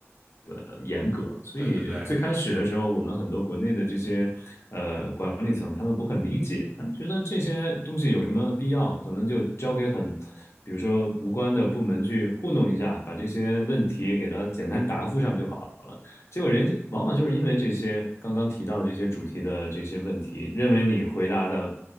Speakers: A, on the left; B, on the right.
A: 呃严格。所以最开始的时候，
B: 对对对。
A: 我们很多国内的这些呃管理层，他们不很理解，他们觉得这些东西有什么必要，可能就交给很。比如说无关的部门去糊弄一下，把这些问题给它简单答复上就好。结果人家往往就是因为这些刚刚提到的这些主题的这些问题，认为你回答的